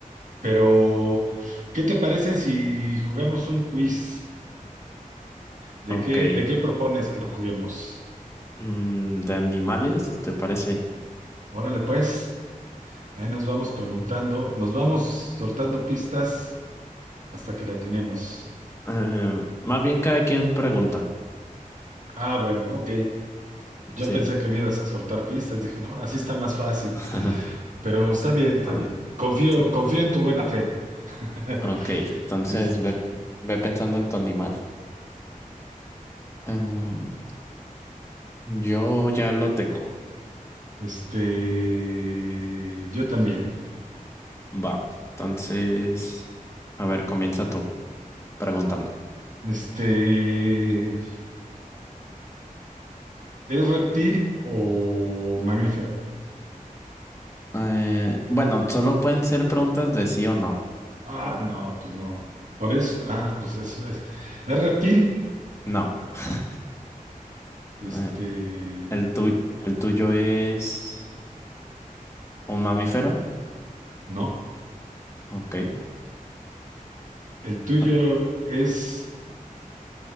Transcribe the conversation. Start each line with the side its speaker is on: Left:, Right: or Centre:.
Right: pero, ¿qué te parece si jugamos un quiz? ¿De
Left: Ok.
Right: qué, de qué propones que lo juguemos?
Left: Mm, ¿de animales, te parece?
Right: Órale, pues. Ahí nos vamos preguntando, nos vamos soltando pistas hasta que la atinemos.
Left: Eh, más bien cada quien pregunta.
Right: Ah, bueno, ok. Yo
Left: Sí.
Right: pensé que me ibas a soltar pistas, dije, no, así está más fácil.
Left: <laughs>
Right: Pero está bien, está
Left: Ah,
Right: bien. Confío,
Left: tú-
Right: confío en tu buena fe. <laughs>
Left: Ok, entonces
Right: Este,
Left: ve, ve pensando en tu animal. Em, yo ya lo tengo.
Right: este, yo también.
Left: Va. Entonces, a ver, comienza tú preguntando.
Right: Este, ¿es reptil o mamífero?
Left: Eh, bueno, solo pueden ser preguntas de sí o no.
Right: Ah, no, pues no. Por eso, ah, pues es, es, ¿es reptil?
Left: No. <laughs>
Right: Este,
Left: Eh, El tuyo, el tuyo es un mamífero.
Right: no.
Left: Ok.
Right: ¿El tuyo
Left: no,
Right: es